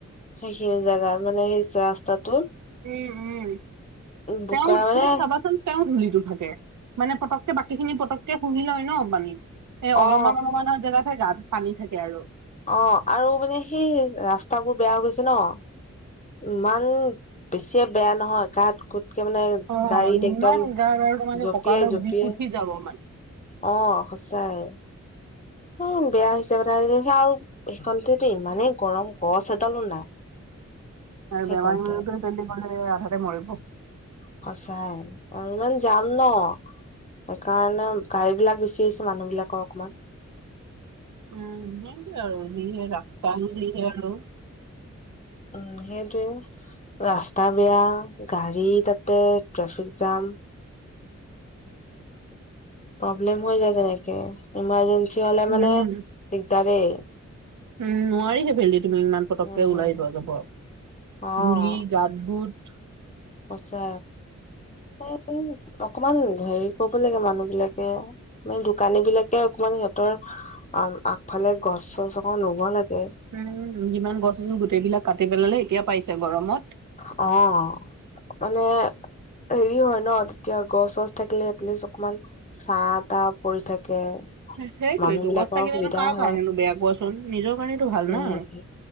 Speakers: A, on the left (about 25°); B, on the right (about 85°).
A: সেই হিউ জাগা মানে সেই ৰাস্তাটোত।
B: উম উম উ উ
A: বোকা
B: তেওঁ
A: মানে
B: তুমি চাবাচোন। তেওঁ ধূলিতো থাকে মানে পতককে বাকী খিনি পতককে শুহি লয় ন বালি। এ অলপমান
A: অ
B: অলপমান জেগাত হে গাত পানী থাকে আৰু
A: অ আৰু মানে সেই ৰাস্তাবোৰ বেয়া হৈ গৈছে ন। ইমান বেছিয়ে বেয়া নহয় গাত-গোতকে মানে
B: অ
A: গাড়ীত একদম
B: ইমান গাৰ আৰু তোমালোকে
A: জঁপিয়াই
B: কঁকালৰ
A: জঁপিয়াই।
B: বিষ উঠি যাব মানে
A: অ অ অ সঁচাই। উম উ বেয়া হৈছে আৰু বেটাৰী গাড়ী সেইখনতেতো ইমানেই গৰম গছ এডালো নাই।
B: আৰু
A: সেইকণতে
B: বেমাৰী মানু্হটোৱে <unintelligible> আধাতে মৰিব।
A: সচাই ইমান যাম ন। সেইকাৰণে গাড়ী বিলাক বেচি হৈছে মানুহ বিলাকৰ অকমান।
B: উম উ উ উ সেইটোৱেই আৰু যি হে ৰাস্তা আৰু যি হে আৰু
A: উম উ উ সেইটোৱে ৰাস্তা বেয়া গাড়ী তাতে ট্ৰেফিক জাম। প্ৰব্লেম হৈ যায় তেনেকে ইমাৰজেঞ্চি হলে মানে
B: উম
A: দিগদাৰেই।
B: উম উ নোৱাৰিহে সেইফালেদি তুমি ইমান পতককে
A: উম
B: ওলাই যোৱা যাব
A: অ
B: ধূলি গাত গোট
A: সঁচা এ উঁ অকমান হেৰি কৰিব লাগে মানুহ বিলাকে। মানে দোকানী বিলাকে অকমান সিহঁতৰ আ আ আ আগফালে গছ-চছ অকন ৰুব লাগে।
B: উম উ উ, যিমান গছ আছিল গোটেই বিলাক কাটি পেলালে এতিয়া পাইছে গৰমত।
A: হ অ অ অ অ মানে হেৰি হয় ন তেতিয়া গছ-চছ থাকিলে এটলিষ্ট অকমান। চাহ-তাহ পৰি থাকে।
B: এহ্ সেইটোৱেইটো
A: মানুহ বিলাকৰ
B: গছ থাকিলোনো
A: সুবিধা
B: কাৰ কাৰণেনো
A: হয়
B: বেয়া কোৱাচোন নিজৰ কাৰণেটো ভাল
A: উম
B: না।